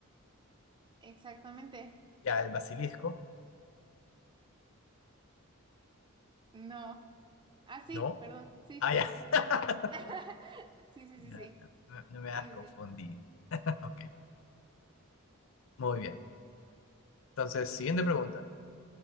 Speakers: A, on the right (about 20°); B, on the left (about 60°).
A: Exactamente.
B: Ya, el basilisco.
A: No. Ah, sí,
B: No.
A: perdón. Sí,
B: Ah,
A: sí,
B: ya.
A: sí.
B: <laughs>
A: <laughs> Sí, sí, sí,
B: Ya,
A: sí.
B: no, no me hagas
A: Sí,
B: confundir.
A: sí, sí.
B: <laughs> Ok, muy bien. Entonces, siguiente pregunta.